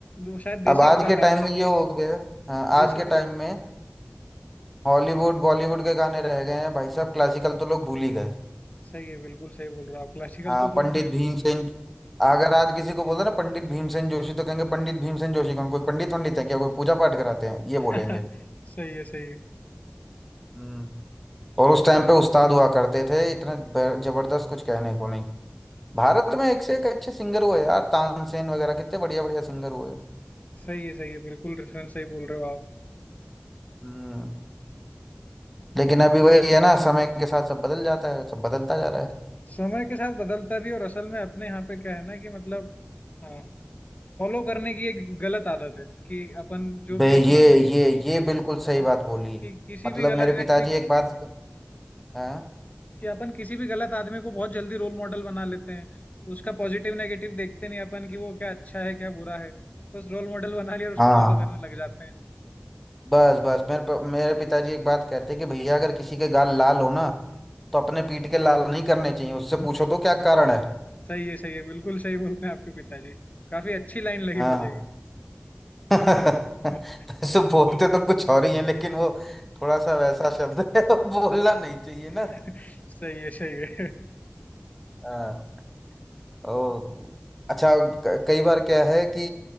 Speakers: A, on the left (about 40°); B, in the centre.
A: वो शायद देसी
B: अब आज
A: कलाकार
B: के टाइम
A: था
B: में ये हो गया हाँ
A: देसी
B: आज के
A: कला
B: टाइम में हॉलीवुड बॉलीवुड के गाने रह गए हैं भाई साहब क्लासिकल तो लोग भूल ही गए
A: सही है बिल्कुल सही बोल रहे हो आप क्लासिकल
B: हाँ
A: तो कोई
B: पंडित
A: भी नहीं सुनता
B: भीमसेन अगर आज किसी को बोल दो ना पंडित भीमसेन जोशी तो कहेंगे पंडित भीमसेन जोशी कौन कोई पंडित पंडित है क्या कोई पूजा पाठ कराते हैं ये बोलेंगे
A: है। <laughs> सही है सही है
B: हम्म और उस टाइम पे उस्ताद हुआ करते थे इतने ब- जबरदस्त कुछ कहने को नहीं भारत में एक से एक अच्छे सिंगर हुए यार तानसेन वगैरह कितने बढ़िया बढ़िया सिंगर हुए
A: सही है सही है बिल्कुल रेफरेंस सही बोल रहे हो आप
B: हम्म लेकिन अभी वही है ना समय के साथ सब बदल जाता है सब बदलता जा रहा है
A: समय के साथ बदलता भी और असल में अपने यहाँ पे क्या है ना कि मतलब हाँ, फॉलो करने की एक गलत आदत है कि अपन जो
B: बे
A: भी है किसी
B: ये ये ये बिल्कुल सही
A: हाँ,
B: बात बोली
A: कि किसी
B: मतलब
A: भी गलत
B: मेरे
A: व्यक्ति
B: पिताजी
A: को
B: एक बात हाँ
A: कि अपन किसी भी गलत आदमी को बहुत जल्दी रोल मॉडल बना लेते हैं उसका पॉजिटिव नेगेटिव देखते नहीं अपन कि वो क्या अच्छा है क्या बुरा है बस रोल मॉडल बना लिया और उसको
B: हाँ
A: फॉलो करने लग जाते हैं
B: बस बस मेरे प- मेरे पिताजी एक बात कहते कि भैया अगर किसी के गाल लाल हो ना तो अपने पीठ के लाल नहीं करने चाहिए उससे
A: <laughs>
B: पूछो तो क्या कारण है
A: सही है सही है बिल्कुल सही बोलते हैं आपके पिताजी काफी अच्छी लाइन लगी
B: हाँ
A: मुझे
B: वैसे
A: ये।
B: बोलते तो कुछ और ही है लेकिन वो थोड़ा सा वैसा शब्द है वो बोलना नहीं चाहिए
A: <laughs>
B: ना
A: सही है सही है
B: हाँ ओ अच्छा क- कई बार क्या है कि